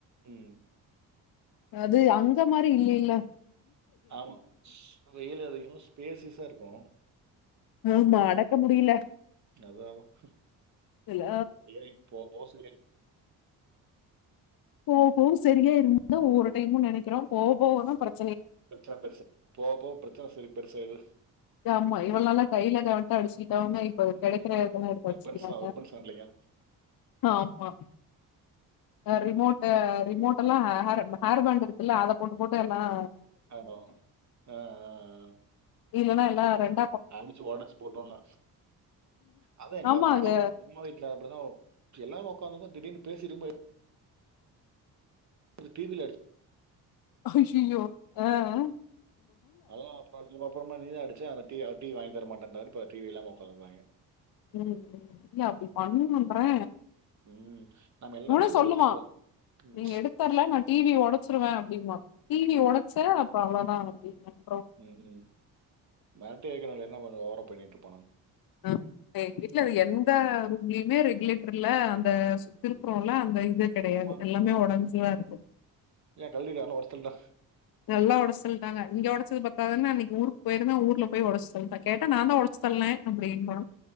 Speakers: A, on the right; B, on the left.
A: உம்
B: அது அங்க மாரி இல்லைல
A: ஆமா வெயில் அதிகோ ஸ்பேசிஸா இருக்கு ஆஹ
B: அமா அடக்க முடியல
A: அதாதா <unintelligible>
B: இதுல போவ போவ சரியாயிரும்தா ஒவ்வொரு டைமு நெனக்கிறே போவ போவ தான் கரெக்
A: பிரச்சன பெருசு போவ போவ பிரச்சன சரி பெருசா எது
B: ஆமா இவ்ளநால கைல கால அடிச்சிகிட்டாங்க இப்ப கெடக்கிறதலா
A: ம்
B: எடுத்து
A: வெப்பன்ஸ்
B: அடிச்சிகிறாங்க
A: தான் வெப்பன்ஸ் இல்லைங்க
B: ஆமா ஆ ரிமோட் ஆஆ ரிமோட் எல்லா ஹே ஹேர் ஹேரு பேண்ட் இருக்குல்ல அத போட்டு போட்டு எல்லாம்
A: ஹோஹோ ஆஹ் ஆஹ்ஹ்
B: இல்லனா எல்லா ரெண்
A: அடிச்சி ஒடச்சி போட்டோல அதா எங்க
B: ஆமாங்க
A: மாமா ம்முமா வீட்ல அப்டிதான எல்லாரு உக்காந்திர்ந்தோ திடீர்னு பேசிட்டு <unintelligible> டிவில அடிச்
B: ஹய்யயோ ஆஹ்
A: அத அப்ப அப்புறமா நீ அடிச்சு அதட்டி டீவி வாங்கி தர மாட்டேன்டாறு இப்ப டீவி இல்லாம உக்காந்திர்காங்க
B: உம் எ அப்டி பண்ணுணம்தே
A: ம் நம்ம எல்லாத்தையும்
B: நீனே
A: கொடுக்க
B: சொல்லுமா
A: கூடாது ம்
B: நீங்க எடுத்தர்ல நான் டீவி ஒடச்சிருவே அப்டிங்றா டீவி ஒடச்ச அப்ப அவ்ளோ <unintelligible>
A: உம் உம் <unintelligible> அத வேற <unintelligible>
B: ஆஹ் எ வீட்ல எந்த ரூம்லயுமே ரெகுலேட்டர்ல அ சு திறுக்குறோல
A: ம்.
B: அந்த இது கெடயாது
A: ஆமா
B: எல்லாமே உடஞ்சுதான் இருக்
A: ஏன் டெய்லி <unintelligible> ஒடச்டீங்ளா
B: நல்லா ஒடச்சிட்டாங்க இங்க ஒடச்சது பத்தாதுனு அன்னக்கு ஊருக்கு <unintelligible> ஊருல போய் ஒடச் தள்ளிட்டா கேட்ட நான்தா ஒடச்சி தள்ளுனே அப்டிங்றா